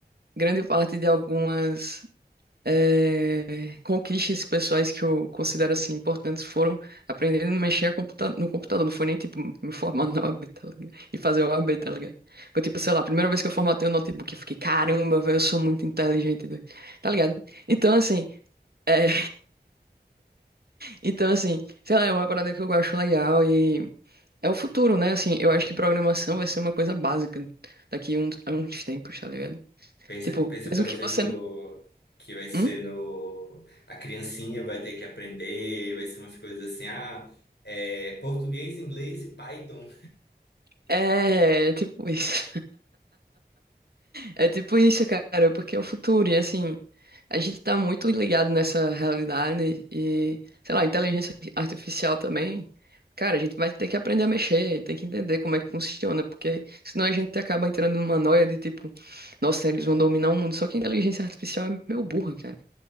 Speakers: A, on the right; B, on the left.
A: grande parte de algumas eh, conquistas pessoais que eu considero assim importantes foram aprendendo a mexer a computa no computador. Não foi nem tipo me formar <laughs> na OAB, tá ligado? E fazer OAB, tá ligado? Foi tipo, sei lá, a primeira vez que eu formatei o notebook, eu fiquei, caramba, velho, eu sou muito inteligente, doido." tá ligado? Então, assim. eh, então, assim, sei lá, é uma parada que eu acho legal e é o futuro, né? Assim, eu acho que programação vai ser uma coisa básica daqui a uns, a uns tempos, tá ligado?
B: Pensa,
A: Tipo,
B: pensa,
A: mesmo
B: por
A: que
B: exemplo,
A: você. não-
B: que vai ser
A: Hum?
B: no... A criancinha vai ter que aprender, vai ser umas coisas assim, ah, é, português, inglês e Python.
A: É, tipo isso. É tipo isso, cara, porque é o futuro, e assim, a gente tá muito ligado nessa realidade e, sei lá, inteligência artificial também. Cara, a gente vai ter que aprender a mexer, tem que entender como é que funciona, porque senão a gente acaba entrando numa noia de tipo, nossa, eles vão dominar o mundo, só que a inteligência artificial é meio burra, cara.